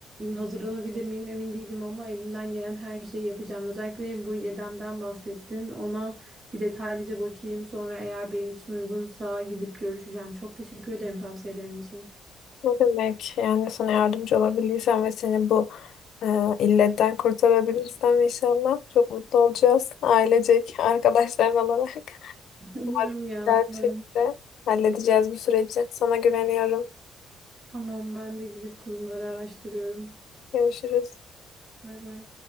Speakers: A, on the right; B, on the left.
A: hazırlanabilir miyim emin değilim ama elimden gelen her şeyi yapacağım. Özellikle bu Yedem'den bahsettin. Ona bir detaylıca bakayım. Sonra eğer benim için uygunsa gidip görüşeceğim. Çok teşekkür ederim tavsiyelerin için.
B: Ne demek? Yani sana yardımcı olabilirsem ve seni bu e, illetten kurtarabilirsem inşallah çok mutlu olacağız. Ailecek, arkadaşlar olarak. <laughs>
A: <laughs> Umarım
B: Umarım
A: ya,
B: güzel
A: umarım.
B: bir şekilde halledeceğiz bu süreci. Sana güveniyorum.
A: Tamam, ben de gidip kurumları araştırıyorum.
B: Görüşürüz.
A: Bay bay.